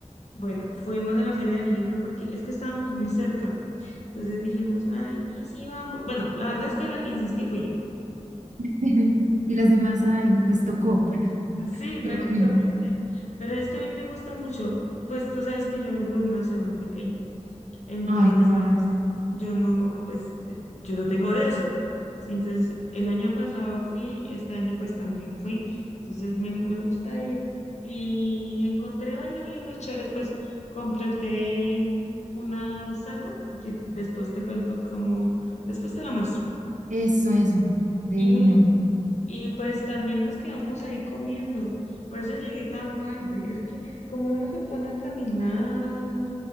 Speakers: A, on the left; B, on the right.
A: Bueno, fuimos a la Feria del Libro porque es que estábamos muy cerca, entonces dijimos, ay, y sí, vamos. Bueno, la verdad es que la que insistí fui yo.
B: <laughs> Y las demás, ay, pues tocó,
A: Sí, prácticamente,
B: me imagino.
A: pero es que a mí me gusta mucho, pues tú sabes que yo vengo de una ciudad muy pequeña. Entonces,
B: Ay, claro,
A: yo no, pues, te- yo no tengo de eso. Sí, entonces, el año pasado fui, este año pues también fui. Entonces, me, me gusta ir. Y encontré varios libros chéveres, pues, completé una saga, que después te cuento cómo, después te la muestro.
B: eso, eso, de
A: Y,
B: una.
A: y pues también nos quedamos ahí comiendo. Por eso llegué tan tarde. Es que como uno se pone a caminar